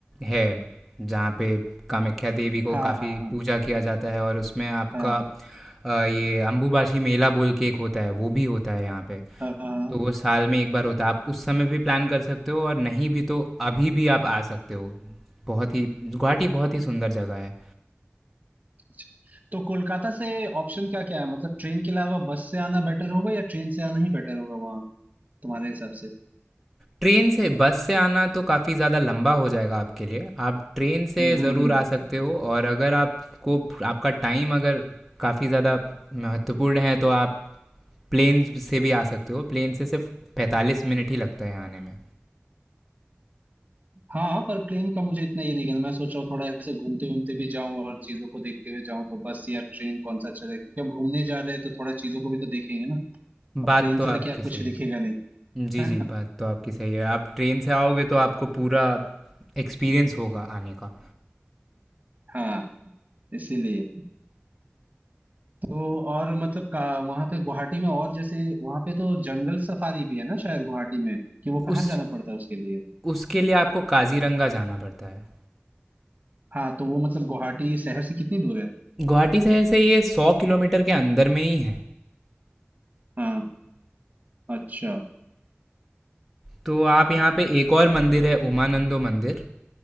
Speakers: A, in the centre; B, on the right.
A: है जहाँ पे कामाख्या देवी को
B: हाँ
A: काफ़ी
B: हाँ
A: पूजा किया जाता है और उसमें आपका
B: हाँ
A: अ, ये अंबुबाची मेला बोल के एक होता है वो भी होता है यहाँ पे
B: हाँ हाँ
A: तो वो साल में एक बार होता है आप उस समय भी प्लान कर सकते हो और नहीं भी तो अभी भी आप आ सकते हो बहुत ही गुवाहाटी बहुत ही सुंदर जगह है
B: अच्छा। तो कोलकाता से ऑप्शन क्या क्या है मतलब ट्रेन के अलावा बस से आना बेटर होगा या ट्रेन से आना ही बेटर होगा वहाँ तुम्हारे हिसाब से
A: ट्रेन से बस से आना तो काफ़ी ज़्यादा लंबा हो जाएगा आपके लिए आप ट्रेन से
B: हम्म
A: ज़रूर
B: हम्म हम्म।
A: आ सकते हो और अगर आपको आपका टाइम अगर काफ़ी ज़्यादा महत्वपूर्ण है तो आप प्लेन से भी आ सकते हो प्लेन से सिर्फ पैंतालीस मिनट ही लगता है आने में
B: हाँ पर प्लेन का मुझे इतना ये नहीं कहना मैं सोच रहा हूँ थोड़ा ऐसे घूमते घूमते भी जाऊं और चीजों को देखते हुए जाऊं तो बस या ट्रेन कौन सा अच्छा रहेगा क्योंकि हम घूमने जा रहे हैं तो थोड़ा चीजों को भी तो देखेंगे ना
A: बात
B: अब प्लेन
A: तो
B: से तो
A: आपकी
B: क्या
A: सही
B: कुछ दिखेगा
A: है
B: नहीं
A: जी
B: है ना
A: जी बात तो आपकी सही है आप ट्रेन से आओगे तो आपको पूरा एक्सपीरियंस होगा आने का
B: हाँ इसीलिए तो और मतलब का वहां पे गुवाहाटी में और जैसे वहां पे तो जंगल सफारी भी है ना शायद गुवाहाटी में कि वो कहाँ
A: उस
B: जाना पड़ता है उसके लिए
A: उसके लिए आपको काजीरंगा जाना पड़ता है
B: हाँ तो वो मतलब गुवाहाटी शहर से कितनी दूर है
A: गुवाहाटी शहर से ये सौ किलोमीटर के अंदर में ही है
B: हाँ अच्छा
A: तो आप यहाँ पे एक और मंदिर है उमानंदो मंदिर